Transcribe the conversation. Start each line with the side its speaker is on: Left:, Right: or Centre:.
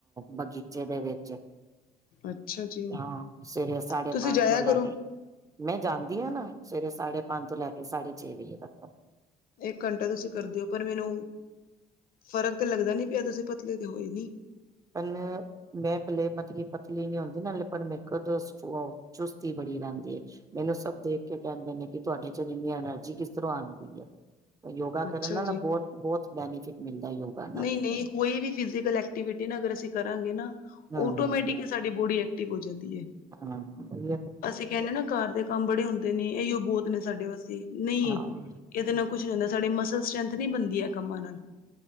Right: ਬਗੀਚੇ ਦੇ ਵਿਚ
Left: ਅਛਾ ਜੀ।
Right: ਹਾਂ ਸਵੇਰੇ ਸਾਢੇ
Left: ਤੁਸੀਂ
Right: ਪੰਨ
Left: ਜਾਇਆ
Right: ਤੋ ਲੈ
Left: ਕਰੋ
Right: ਕੇ ਮੈਂ ਜਾਦੀ ਹਾਂ ਨਾ ਸਵੇਰੇ ਸਾਢੇ ਪੰਨ ਤੋ ਲੈ ਕੇ ਸਾਢੇ ਛੇ ਵਜੇ ਤੱਕ
Left: ਇਕ ਘੰਟਾ ਤੁਸੀ ਕਰਦੇ ਓ ਪਰ ਮੈਨੂੰ ਫ਼ਰਕ ਤੇ ਲਗਦਾ ਨੀ ਪਿਆ ਤੁਸੀ ਪਤਲੇ ਤੇ ਹੋਏ ਨੀ
Right: ਪਨ <unintelligible> ਮੈਂ ਪਲੇ ਪਤਲੀ ਪਤਲੀ ਨੀ ਹੁੰਦੀ ਨਾ ਲੇਪ ਮੇਰੇ ਕੋ ਅ ਸ <unintelligible> ਚੁਸਤੀ ਬੜੀ ਰਹਿੰਦੀ ਏ ਮੈਨੂੰ ਸਭ ਦੇਖ ਕੇ ਕਹਿੰਦੇ ਨੇ ਕਿ ਤੁਹਾਡੇ ਚ ਇਨੀ ਐਨਰਜੀ ਕਿਸ ਤਰ੍ਹਾਂ ਆਂਦੀ ਐ ਯੋਗਾ ਕਰਨ
Left: ਅੱਛਾ
Right: ਨਾਲ ਬਹੁਤ ਬਹੁਤ ਬੈਨੀਫਿਟ ਮਿਲਦਾ ਯੋਗਾ ਨਾਲ।
Left: ਨਹੀ ਨਹੀ ਕੋਈ ਵੀ ਫਿਜ਼ਕਲ ਐਕਟੀਵਿਟੀ ਨਾ ਅਗਰ ਅਸੀ ਕਰਾਂਗੇ ਨਾ
Right: ਹਾਂ
Left: ਆਟੋਮੈਟਿਕਲੀ ਸਾਡੀ ਬੋਡੀ ਟੀ ਹੋ ਜਾਂਦੀ ਹੈ।
Right: ਹਾਂ-
Left: ਅਸੀ ਕਹਿਦੇ ਨਾ ਕਾਰ ਦੇ ਕਮ ਬੜੇ ਹੁੰਦੇ ਨੇ ਇਹੀਓ ਬਹੁਤ ਨੇ ਸਾਡੇ ਵਾਸਤੇ ਨਹੀ
Right: ਹਾਂ
Left: ਇਹਦੇ ਨਾਲ ਕੁਛ ਨੀ ਹੁਦਾ ਸਾਡੀ ਮਸਲ ਸਟਰ੍ਰੈਂਥ ਨੀ ਬਣਦੀ ਹੈ ਕਮਾਂ ਨਾਲ